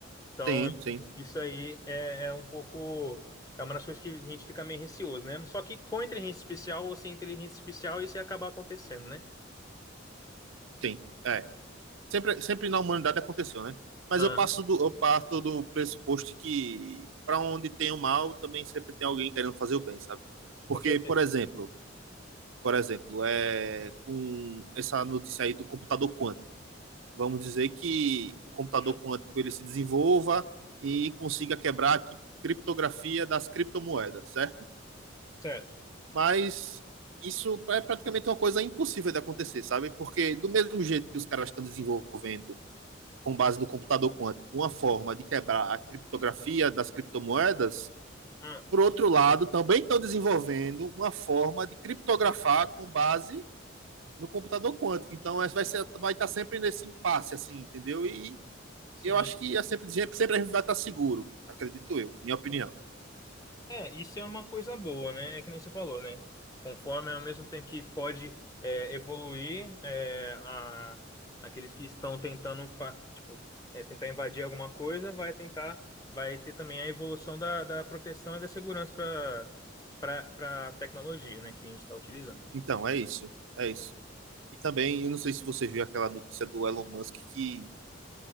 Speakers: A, on the left; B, on the right.
A: Então,
B: Tem, tem,
A: isso aí é, é um pouco. É uma das coisas que a gente fica meio receoso, né? Só que com inteligência artificial ou sem inteligência artificial, isso ia acabar acontecendo, né?
B: tem. É. Sempre, sempre na humanidade aconteceu, né? Mas
A: Aham,
B: eu passo do, eu parto do pressuposto que para onde tem o mal, também sempre tem alguém querendo fazer o bem, sabe? Porque,
A: com certeza.
B: por exemplo, por exemplo, é com essa notícia aí do computador quântico. vamos dizer que o computador
A: Hum,
B: quântico ele se desenvolva e consiga quebrar a criptografia das criptomoedas, certo?
A: certo.
B: Mas isso é praticamente uma coisa impossível de acontecer, sabe? Porque do mesmo jeito que os caras estão desenvolvendo com base no computador quântico uma forma de quebrar a criptografia das criptomoedas,
A: Ah,
B: por outro lado, também estão desenvolvendo uma forma de criptografar com base no computador quântico. Então, é, vai, ser, vai estar sempre nesse impasse, assim, entendeu? E
A: sim.
B: eu acho que a sempre, sempre a gente vai estar seguro, acredito eu, minha opinião.
A: É, isso é uma coisa boa, né? É que nem você falou, né? Conforme ao mesmo tempo que pode é, evoluir é, a, aqueles que estão tentando fa- tipo, é, tentar invadir alguma coisa, vai tentar, vai ter também a evolução da, da proteção e da segurança para para tecnologia, né? Que a gente está utilizando.
B: Então, é isso. É isso. E também, eu não sei se você viu aquela notícia do Elon Musk que,